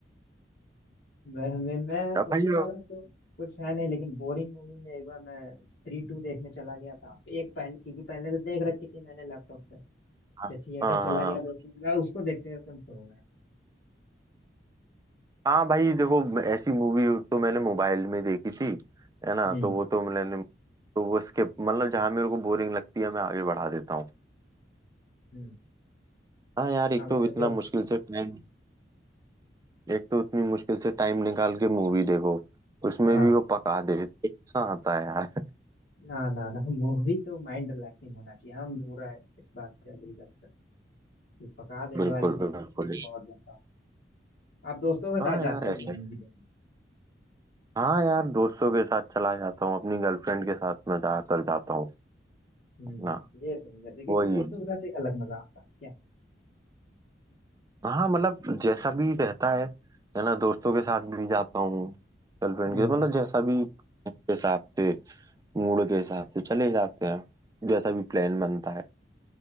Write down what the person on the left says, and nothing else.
मैं मैं मैं सोने
वाला तो कुछ है नहीं लेकिन बोरिंग मूवी में एक बार मैं स्त्री टू देखने चला गया था एक पहले क्योंकि पहले तो देख रखी थी मैंने लैपटॉप पे
फिर थिएटर
चला
गया तो उसके बाद उसको देखते हुए कम सो गया
हम्म
हम्म
आप
अपने
दोस्त
हाँ
ना ना ना मूवी तो माइंड रिलैक्सिंग होना चाहिए हम पूरा इस बात पे अग्री करते हैं कि पका देने
वाली मूवी
तो फिर बहुत गुस्सा आता है। आप दोस्तों के साथ
जाते हो
क्या मूवी देखने
हम्म
ये सही करते हैं, क्योंकि
दोस्तों के साथ एक अलग मजा आता है क्या
हम्म